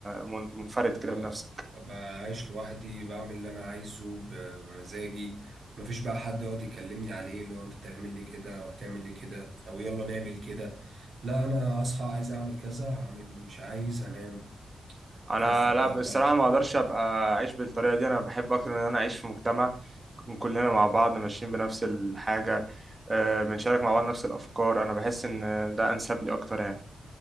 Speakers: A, on the right; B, on the right.
A: من- منفرد
B: لا
A: كده بنفسك
B: لا بعيش لوحدي بعمل اللي انا عايزه ب- بمزاجي مفيش بقى حد يقعد يكلمني عليه اللي هو انت بتعمل ليه كده وهتعمل ليه كده او يلا نعمل كده لا انا اصحى عايز اعمل كذا هعمله مش عايز هنام
A: انا
B: افخد
A: لا
B: بقى
A: بصراحه
B: براحتي
A: ما اقدرش ابقى اعيش بالطريقه دي انا بحب اكتر ان انا اعيش في مجتمع نكون كلنا مع بعض ماشيين بنفس الحاجه آه، بنشارك مع بعض نفس الافكار انا بحس ان ده انسب لي اكتر يعني